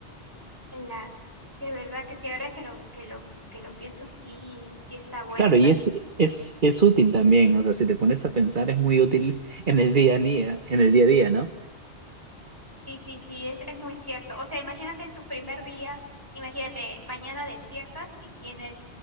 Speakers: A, on the right; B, on the right.
A: La, de verdad que sí, ahora que lo, que lo, que lo pienso, sí, sí está bueno
B: Claro,
A: también.
B: y es, es, es útil también, o sea, si te pones a pensar es muy útil en el día a día, en el día a día, ¿no?
A: Sí, sí, sí, es, es muy cierto. O sea, imagínate tu primer día, imagínate, mañana despiertas y tienes,